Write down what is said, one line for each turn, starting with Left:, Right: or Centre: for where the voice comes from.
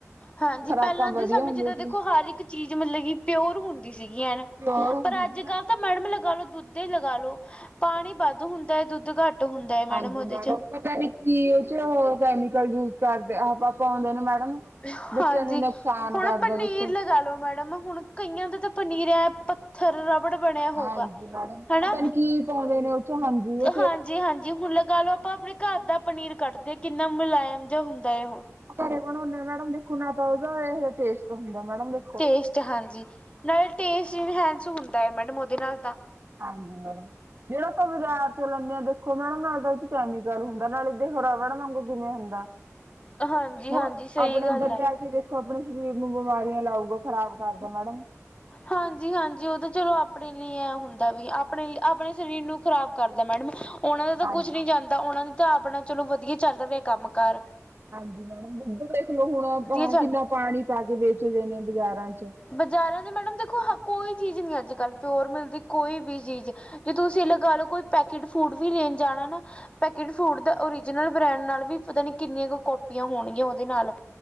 Left: ਹਾਂਜੀ
Right: ਖੁਰਾਕਾਂ
Left: ਪਹਿਲਾਂ ਦੇ
Right: ਵਧੀਆ
Left: ਸਮੇਂ
Right: ਹੁੰਦੀਆਂ
Left: ਚ ਤਾਂ
Right: ਸੀ
Left: ਦੇਖੋ ਹਰ ਇੱਕ ਚੀਜ਼ ਮਤਲਬ ਕੀ ਪਿਓਰ ਹੁੰਦੀ ਸੀਗੀ ਐਨ।
Right: ਪਿਓਰ ਹੁੰਦੀ
Left: ਪਰ ਅੱਜ-ਕਲ
Right: ਸੀ
Left: ਤਾਂ ਮੈਡਮ ਲਗਾ ਲੋ ਦੁੱਧ ਏ ਲਗਾ ਲੋ, ਪਾਣੀ ਵੱਧ ਹੁੰਦੈ, ਦੁੱਧ ਘੱਟ ਹੁੰਦਾ ਹੈ
Right: ਹਾਂਜੀ,
Left: ਉਹਦੇ
Right: ਮੈਡਮ
Left: ਚ
Right: ਪਤਾ ਨੀ ਕੀ ਉਹ ਚ ਕੈਮੀਕਲ ਯੂਜ ਕਰਦੇ ਆ ਨਾ ਪਾਉਂਦੇ ਨੇ ਮੈਡਮ
Left: ਹਾਂਜੀ।
Right: ਬੱਚਿਆਂ ਨੂੰ ਨੁਕਸਾਨ
Left: ਹੁਣ
Right: ਕਰਦਾ
Left: ਪਨੀਰ
Right: ਦੇਖੋ
Left: ਲਗਾ ਲੋ ਮੈਡਮ, ਹੁਣ ਕਈਆਂ ਦਾ ਤਾਂ ਪਨੀਰ ਐ ਪੱ ਥਰ ਰਬੜ ਬਣਿਆ ਹੋਊਗਾ
Right: ਹਾਂਜੀ ਮੈਡਮ
Left: ਹਨਾ
Right: ਪਤਾ ਨੀ ਕੀ ਪਾਉਂਦੇ ਨੇ ਉਹ ਚੋਂ ਹਾਂਜੀ, ਉ
Left: ਹਾਂਜੀ-ਹਾਂਜੀ। ਹੁਣ ਲਗਾ ਲਓ ਆਪਾਂ ਆਪਣੇ ਘਰ ਦਾ ਪਨੀਰ ਕੱਢਦੇ ਆ, ਕਿੰਨਾ ਮੁਲਾਇਮ ਜਾ ਹੁੰਦਾ ਐ ਉਹ।
Right: ਘਰੇ ਬਣਾਉਂਣੇ ਆ ਮੈਡਮ ਦੇਖੋ ਨਾ ਤਾਂ ਉਹਦਾ ਇਹੋ ਜਾ ਟੇਸਟ ਹੁੰਦਾ ਮੈਡਮ ਦੇ
Left: ਟੇਸਟ ਹਾਂਜੀ, ਨਾਲੇ ਟੇਸਟ ਇਨਹੈਂਸ ਹੁੰਦਾ ਐ ਮੈਡਮ ਉਹਦੇ ਨਾਲ ਤਾਂ
Right: ਹਾਂਜੀ ਮੈਡਮ। ਜਿਹੜਾ ਆਪਾਂ ਬਾਜ਼ਾਰ ਚੋਂ ਲੈਂਣੇ ਆ ਦੇਖੋ ਮੈਡਮ ਨਾਲੇ ਤਾਂ ਉਹ ਚ ਕੈਮੀਕਲ ਹੁੰਦਾ, ਨਾਲੇ ਦੇਖੋ ਰਬੜ ਵਾਗੂ ਕਿਵੇਂ ਹੁੰਦਾ।
Left: ਹਾਂਜੀ
Right: ਹੁਣ
Left: ਹਾਂਜੀ ਸਹੀ
Right: ਆਪਣੇ
Left: ਗੱਲ
Right: ਅੰਦਰ
Left: ਹੈ
Right: ਜਾ ਫਿਰ ਦੇਖੋ ਆਪਣੇ ਸਰੀਰ ਨੂੰ ਬਿਮਾਰੀਆਂ ਲਾਊਗਾ, ਖ਼ਰਾਬ ਕਰਦਾ ਮੈਡਮ।
Left: ਹਾਂਜੀ-ਹਾਂਜੀ। ਉਹ ਤਾਂ ਚਲੋ ਆਪਣੇ ਲਈ ਐ ਹੁੰਦਾ, ਵੀ ਆਪਣੇ ਈ ਆਪਣੇ ਸਰੀਰ ਨੂੰ ਖ਼ਰਾਬ ਕਰਦਾ ਮੈਡਮ। ਉਹਨਾਂ ਦਾ ਤਾਂ
Right: ਹਾਂਜੀ
Left: ਕੁਛ
Right: ਮੈਮ
Left: ਨੀ ਜਾਂਦਾ, ਉਹਨਾਂ ਦਾ ਤਾ ਆਪਣਾ ਚਲੋ ਵਧੀਆ ਚੱਲ ਰਿਹਾ ਕੰਮ-ਕਾਰ।
Right: ਹਾਂਜੀ ਮੈਡਮ, ਦੁੱਧ ਦੇਖਲੋ ਹੁਣ
Left: ਚੱਲ
Right: ਕਿੰਨਾ ਪਾਣੀ ਪਾ ਕੇ ਵੇਚਦੇ ਨੇ ਬਾਜ਼ਾਰਾਂ ਚ।
Left: ਬਜ਼ਾਰਾਂ ਚ ਮੈਡਮ ਦੇਖੋ ਹ ਕੋਈ ਚੀਜ਼ ਨੀ ਅੱਜ-ਕੱਲ ਪਿਓਰ ਮਿਲਦੀ, ਕੋਈ ਵੀ ਚੀਜ਼ ਜੇ ਤੁਸੀਂ ਲਗਾ ਲਓ ਕੋਈ ਪੈਕਿਡ ਫੂਡ ਵੀ ਲੈਣ ਜਾਣਾ ਨਾ ਪੈਕਿਟ ਫੂਡ ਦਾ ਓਰੀਜਨਲ ਬ੍ਰਾਂਡ ਨਾਲ ਵੀ ਪਤਾ ਨੀ ਕਿੰਨੀਆਂ ਕੁ ਕਾਪੀਆਂ ਹੋਣਗੀਆਂ ਉਹਦੇ ਨਾਲ